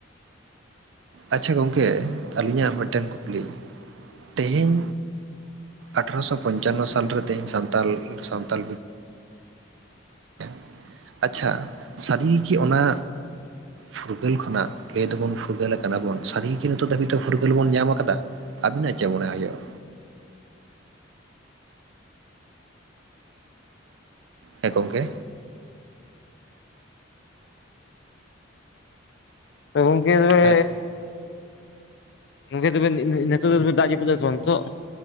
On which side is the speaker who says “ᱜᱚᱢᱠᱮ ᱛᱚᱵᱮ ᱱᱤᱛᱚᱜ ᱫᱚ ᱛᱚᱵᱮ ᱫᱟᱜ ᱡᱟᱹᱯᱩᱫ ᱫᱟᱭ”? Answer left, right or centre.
Left